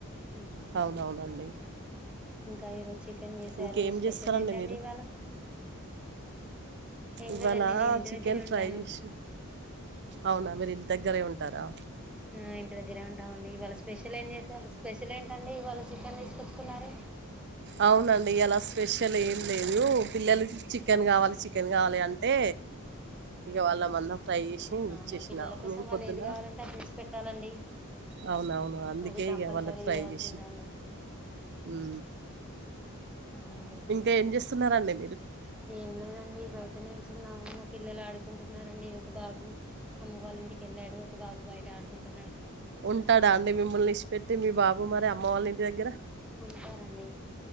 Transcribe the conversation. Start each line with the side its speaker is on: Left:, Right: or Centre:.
Centre: హుమ్
Right: అవునవునండి.
Centre: ఇంకా ఈరోజు చికెన్ చేసారు
Right: ఇంకేం
Centre: స్పెషల్
Right: జేస్తారండి
Centre: ఏంటండి
Right: మీరు?
Centre: ఇవాళ ఏం
Right: ఇవాళ
Centre: లేదండి నేను ఇంటి
Right: చికెన్
Centre: దగ్గరే ఉంటాను
Right: ఫ్రై చేసి అవునా మరి దగ్గరే ఉంటారా
Centre: ఆ ఇంటి దగ్గరే ఉంటామండి ఇవాళ స్పెషల్ ఏం చేసారు స్పెషల్ ఏంటండి ఇవాళ చికెన్ తీసుకొచ్చుకున్నారు
Right: అవునండి ఇయాల స్పెషల్ ఏం లేదు పిల్లలకి చికెన్ కావాలి చికెన్ కావాలి అంటే ఇక వాళ్ళ మందం ఫ్రై జేసి
Centre: అవునా
Right: ఇచ్చేసిన.
Centre: పిల్లల కోసం
Right: మేము
Centre: వాళ్ళు
Right: పొద్దున
Centre: ఏది కావాలంటే అది తెచ్చి పెట్టాలండి
Right: అవునవును అందుకే
Centre: అది కంపల్సరీ
Right: ఇగ వాళ్ళకు ఫ్రై
Centre: చేయాల్సిందే
Right: చేసినా
Centre: అండి
Right: ఉ
Centre: అవునండి
Right: ఇంకా ఏం చేస్తున్నారండి
Centre: ఏం లేదండి బయట నిలిచున్నాము మా పిల్లలు ఆడుకుంటు న్నారండి ఒక బాబు అమ్మ వాళ్ళ ఇంటికి వెళ్ళాడు ఒక బాబు బయట ఆడుకుంటు
Right: ఉంటాడా అండి మిమ్మల్ని ఇసిపెట్టి మీ బాబు మరి
Centre: ఆ
Right: అమ్మ వాళ్ళ ఇంటి దగ్గర
Centre: ఉంటారండి